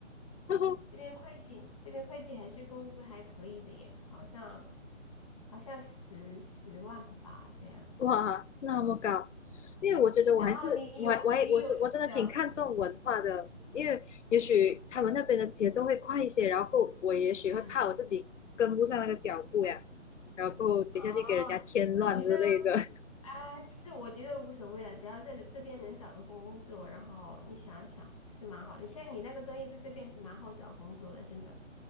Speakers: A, on the left; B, on the left.
A: <laughs>
B: 这边会计这边会计还是工资还可以的耶，好像好像十十万吧这样子，
A: <laughs> 哇，那么高，因为我觉得我还是我还我还我真我真的挺看重文化的，
B: 然后你有你有一个，
A: 因为也许他们那边的节奏会快一些，然后我也许会怕我自己跟不上那个脚步呀，
B: 嗯，
A: 然后等下去给人家添乱之类的。
B: 哦，我觉得。
A: <laughs>
B: 啊，其实我觉得无所谓了，只要这这边能找到工作，然后你想一想，还是蛮好的。你像你那个专业在这边还是蛮好找工作的，真的。